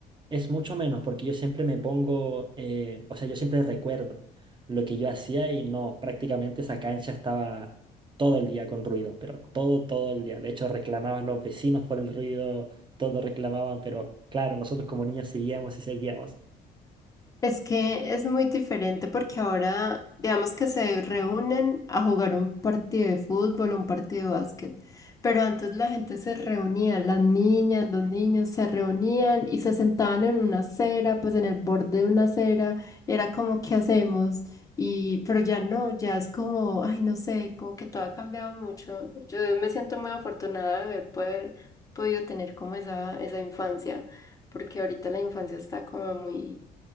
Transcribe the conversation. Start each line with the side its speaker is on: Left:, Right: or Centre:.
Right: es mucho menos porque yo siempre me pongo, eh, o sea, yo siempre recuerdo lo que yo hacía y no, prácticamente esa cancha estaba todo el día con ruido, pero todo, todo el día. De hecho, reclamaban los vecinos por el ruido, todos reclamaban, pero claro, nosotros como niños seguíamos y seguíamos.
Left: Es que es muy diferente porque ahora, digamos que se reúnen a jugar un partido de fútbol, un partido de básquet, pero antes la gente se reunía, las niñas, los niños se reunían y se sentaban en una acera, pues en el borde de una acera, y era como, ¿qué hacemos? Y, pero ya no, ya es como, ay, no sé, como que todo ha cambiado mucho. Yo me siento muy afortunada de haber poder- podido tener como esa, esa infancia, porque ahorita la infancia está como muy